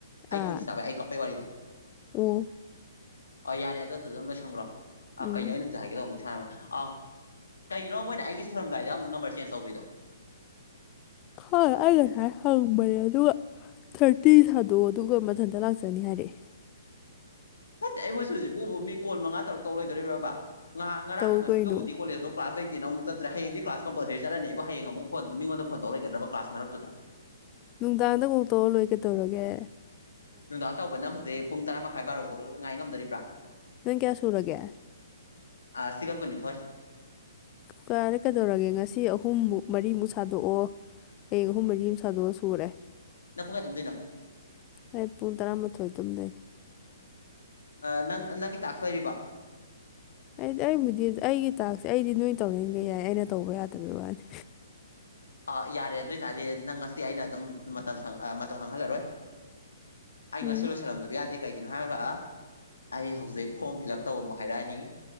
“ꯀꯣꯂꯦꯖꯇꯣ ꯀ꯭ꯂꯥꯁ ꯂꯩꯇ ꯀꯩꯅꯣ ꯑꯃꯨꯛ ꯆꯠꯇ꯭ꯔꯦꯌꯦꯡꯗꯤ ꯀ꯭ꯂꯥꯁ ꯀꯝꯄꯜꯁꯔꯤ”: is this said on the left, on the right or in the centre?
Left